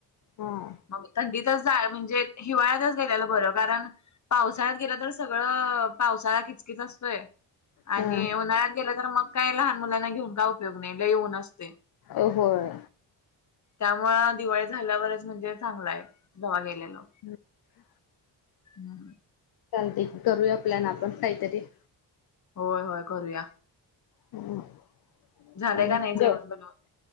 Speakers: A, on the left; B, on the left.
A: हा.
B: मग थंडीतच जाया म्हणजे हिवाळ्यातच गेलेलं बरं कारण पावसाळ्यात गेलं तर सगळं पावसाळया किचकीच असतोय. आणि
A: हा
B: उन्हाळ्यात गेलं तर मग काय लहान मुलांना घेऊन का उपयोग नाही लई ऊन असते.
A: अ होय.
B: त्यामुळे दिवाळी झाल्यावरच म्हणजे चांगला आहे दवा गेलेला.
A: <unintelligible>
B: <unintelligible>
A: चालते की करूया प्लॅन आपण काहीतरी.
B: होय होय करूया.
A: <inaudible>
B: झालंय का नाही जेवण बनवून?